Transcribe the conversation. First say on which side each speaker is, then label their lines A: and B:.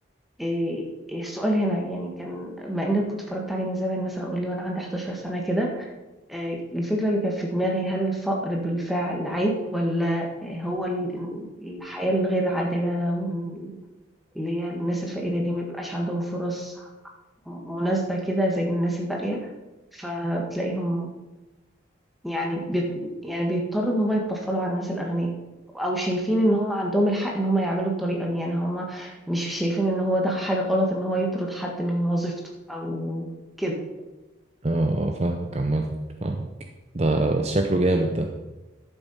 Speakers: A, in the centre; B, on the right.
A: إيه السؤال هنا يعني كان مع اني كنت اتفرجت عليه من زمان مثلا قول لي وانا عندي 11 سنه كده آآ الفكرة اللي كانت في دماغي هل الفقر بالفعل عيب والّا هو ال الحياة الغير عادلة وال اللي هي الناس الفقيرة دي ما بيبقاش عندهم فرص م مناسبة كده زي الناس الباقية، فبتلاقيهم يعني بيت يعني بيضطروا إن هُم يتطفّلوا على الناس الأغنيا أو شايفين إن هُم عندهم الحق إن هُم يعملوا الطريقة دي، يعني هُم مش شايفين إن هو ده حاجة غلط إن هو يطرد حد من وظيفته أو كده.
B: اه اه فاهمك عامة فاهمك ده بس شكله جامد ده